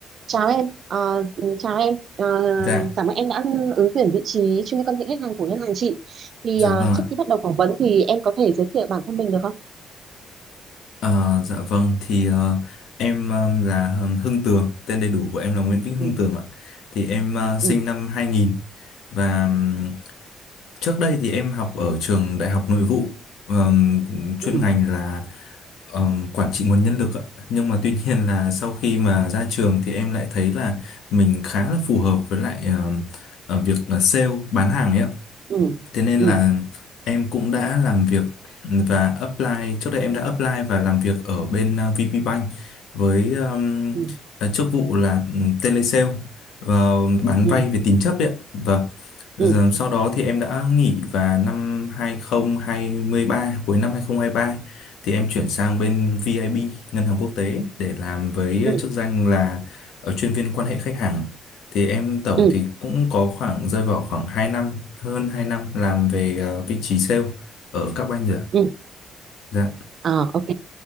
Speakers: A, on the right (about 45°); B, on the left (about 80°).
A: Chào em, Ờ, ừ, chào em, Ờ,
B: Dạ,
A: cảm ơn em đã ứng tuyển vị trí chuyên viên quan hệ khách hàng của ngân hàng chị. Thì
B: dạ
A: ờ,
B: vâng
A: trước
B: ạ.
A: khi bắt đầu phỏng vấn thì em có thể giới thiệu bản thân mình được không?
B: Ờ, dạ vâng thì ờ, em ờ, là Hưng Tường, tên đầy đủ của em là Nguyễn Vĩnh Hưng
A: Ừ,
B: Tường ạ. Thì em ờ, sinh
A: ừ,
B: năm 2000 và ừm, trước đây thì em học ở trường Đại học Nội vụ ờm, chuyên
A: ừ,
B: ngành là ờm, quản trị nguồn nhân lực ạ. Nhưng mà tuy nhiên là sau khi mà ra trường thì em lại thấy là mình khá là phù hợp với lại ờm, ờ, việc là sale bán hàng ấy ạ
A: ừ,
B: Thế nên
A: ừ,
B: là em cũng đã làm việc và apply, trước đây em đã apply và làm việc ở bên à, VP Bank với um,
A: ừ,
B: à, chức vụ là um, telesale và bán
A: ừ,
B: vay về tín chấp ấy. Và
A: ừ,
B: sau đó thì em đã nghỉ và năm 2023, cuối năm 2023 thì em chuyển sang bên VIB, Ngân hàng Quốc tế để làm với
A: ừ,
B: chức danh là ờ, chuyên viên quan hệ khách hàng thì em tổng
A: ừ,
B: thì cũng có khoảng rơi vào khoảng hai năm hơn 2 năm làm về ờ, vị trí sale ở các banh rồi ạ.
A: ừ.
B: dạ
A: Ờ, ok.